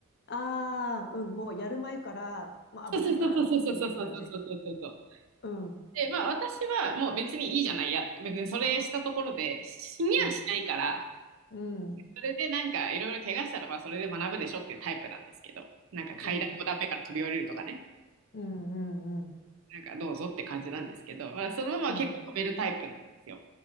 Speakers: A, on the left; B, on the right.
A: ああ、うん。もうやる前から、まあ、
B: そうそうそうそうそうそうそうそうそうそうそう。
A: 危ないからっていう感じ。うん。
B: で、まあ私はもう別にいいじゃないや、別にそれしたところで死にはしないから、
A: うん。うん。
B: それでなんかいろいろ怪我したらまあそれで学ぶでしょっていうタイプなんですけど、なんか階段5段目から飛び降りるとかね、
A: うん。うん。うん。うん。
B: なんかどうぞって感じなんですけど、まあ、そのまま結構飛べるタイプなんですよ。
A: うん。